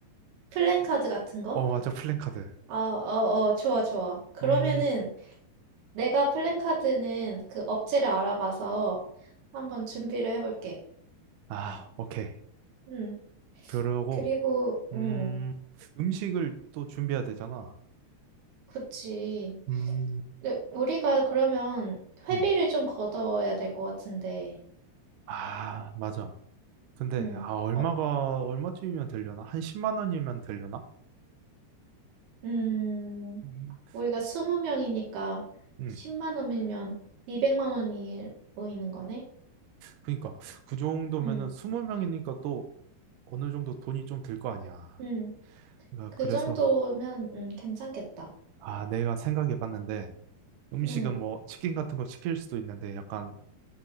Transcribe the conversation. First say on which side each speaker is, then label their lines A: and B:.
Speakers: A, on the right; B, on the right.
A: 플랜카드 같은 거?
B: 어, 맞아. 플랜카드.
A: 어, 어, 어, 좋아, 좋아. 그러면은
B: 음,
A: 내가 플랜카드는 그 업체를 알아봐서 한번 준비를 해볼게.
B: 아, 오케이.
A: 응,
B: 그러고,
A: 그리고, 응,
B: 음, 음식을 또 준비해야 되잖아.
A: 그치.
B: 음,
A: 근데 우리가 그러면 회비를
B: 음.
A: 좀 걷어야 될 것 같은데,
B: 아, 맞아. 근데,
A: 응.
B: 아, 얼마가,
A: 어,
B: 얼마쯤이면 되려나? 한 10만 원이면 되려나?
A: 음,
B: 음,
A: 우리가 스무 명이니까
B: 음.
A: 10만 원이면 200만 원이 모이는 거네?
B: 그니까, 그 정도면은
A: 응,
B: 20명이니까 또 어느 정도 돈이 좀 들 거 아니야.
A: 응,
B: 그러니까
A: 그
B: 그래서,
A: 정도면, 음, 괜찮겠다.
B: 아, 내가 생각해 봤는데, 음식은
A: 응,
B: 뭐, 치킨 같은 거 시킬 수도 있는데, 약간